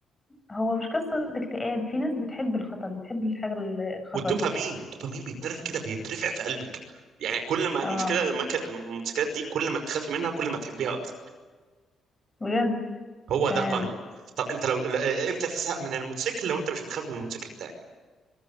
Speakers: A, on the left; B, on the right.
A: هو مش قصة اكتئاب في ناس بتحب الخطر بتحب الحاجة الخطر
B: والدوبامين الدوبامين بيتنرف كده بيترفع في قلبك يعني كل ما المشكله
A: اه
B: المك... الموتوسيكلات دي كل ما تخافي منها كل ما تحبيها اكتر
A: بجد
B: هو
A: كمان
B: ده قانون طب انت لو ل- آه، امتى تزهق من الموتوسيكل لو انت مش بتخاف من الموتوسيكل بتاعك